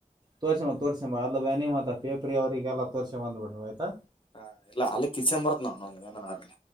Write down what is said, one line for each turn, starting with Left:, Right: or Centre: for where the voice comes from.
Right: ತೋರ್ಸಂಬ ತೋರ್ರಿಸಂಬ ಅಲ್ಲ ಬನ ಮತ್ತ ಪೇಪ್ರರಿ ಅವರಿಗೆಲ್ಲ ತೋರಿಸ್ ಬಂದಬಟ್ಟು ಆಯ್ತಾ
Left: ಹಾ ಇಲ್ಲ ಅಲ್ಲಿ ಕಿಚನ್ ಬರತ್ ನಾವನ್ ಏನಿಲ್ಲ